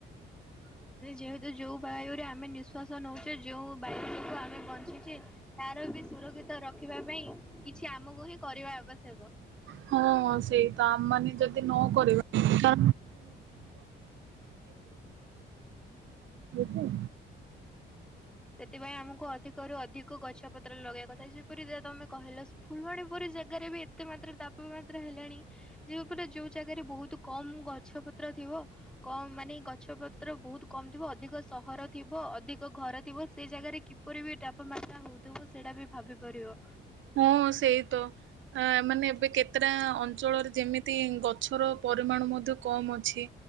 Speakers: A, on the right; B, in the centre.
A: <inaudible>
B: ଯେହେତୁ ଯୋଉଁ ବାୟୁରେ ଆମେ ନିଃଶ୍ଵାସ ନେଉଚେ ଯେଉଁ ବାୟୁ ଯୋଗୁଁ ଆମେ ବଞ୍ଚିଚେ ତାର ସୁରକ୍ଷିତ ରଖିବା ପାଇଁ କିଛି ଆମକୁ ହିଁ କରିବା ଆବଶ୍ୟକ।
A: ହଁ ସେଇ ତ ଆମ ମାନ ଯଦି ନକରିବା। <inaudible>
B: ସେଥିପାଇଁ ଆମକୁ ଅଧିକରୁ ଅଧି କ ଗଛ ପତ୍ର ଲଗେଇବା କଥା ଯେପରି ତମେ କହିଲ ଫୁଲବାଣୀ ପୁରୀ ଜାଗାରେ ବି ଏତେ ମାତ୍ର ତାପମାତ୍ରା। ହେଲାଣି ଯେ ପୁରା ଯୋଉ ଜାଗାରେ ବହୁତ କମ ଗଛ ପତ୍ର ଥିବ କମ ମାନେ ଗଛ ପତ୍ର ବହୁତ କମ ଥିବ ଅଧିକ ସହର ଥିବ ଅଧିକ ଘର ଥିବ ସେ ଜାଗାରେ କିପରି ବି ତାପମାତ୍ରା ହଉଥିବ ସେଇଟା ବି ଭାବି ପାରିବ।
A: ହଁ ସେଇ ତ। ଆ ମାନେ ଏବେ କେତେଟା ଅଞ୍ଚଳରେ ଯେମିତି ଗଛର ପରିମାଣ ମଧ୍ୟ କମ ଅଛି।